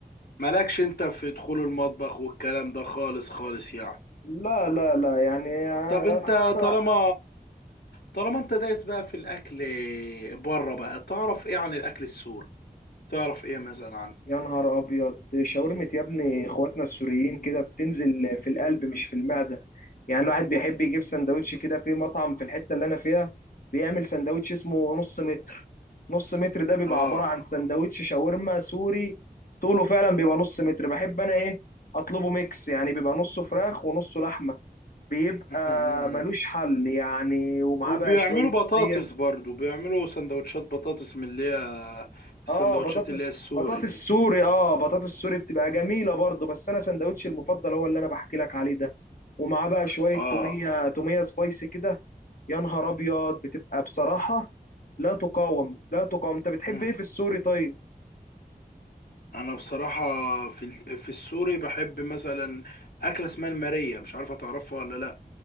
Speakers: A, on the left; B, on the left.
A: مالكش انت في دخول المطبخ والكلام ده خالص خالص يعني
B: لا لا لا يعني
A: طب انت
B: حتى
A: طالما طالما انت دايس بقى في الاكل بره بقى تعرف ايه عن الاكل السوري تعرف ايه مثلا عن
B: يا نهار ابيض شاورمة يا ابني اخواتنا السوريين كده بتنزل في القلب مش في المعدة يعني الواحد بيحب يجيب سندوتش كده في مطعم في الحتة اللي انا فيها بيعمل سندوتش اسمه نص متر نص متر ده بيبقى
A: اه
B: عبارة عن سندوتش شاورما سوري طوله فعلا بيبقى نص متر بحب انا ايه اطلبه ميكس يعني بيبقى نصه فراخ ونصه لحمة بيبقى
A: <laughs> م-م-م.
B: ملوش حل يعني ومعاه
A: وبيعملوا
B: بقى شوية
A: بطاطس
B: مية
A: برضو بيعملوا سندوتشات بطاطس من اللي هي السندوتشات
B: اه بطاطس
A: اللي هي السوري
B: بطاطس
A: دي
B: سوري اه بطاطس سوري بتبقى جميله برضه بس انا سندوتشي المفضل هو اللي انا بحكي لك عليه ده ومعاه بقى شويه
A: اه
B: توميه توميه سبايسي كده يا نهار ابيض بتبقى بصراحه لا تقاوم لا تقاوم انت
A: <clears throat>
B: بتحب
A: م.
B: ايه في السوري طيب
A: انا بصراحة في ال- في السوري بحب مثلا اكلة اسمها المارية مش عارفة تعرفها ولا لا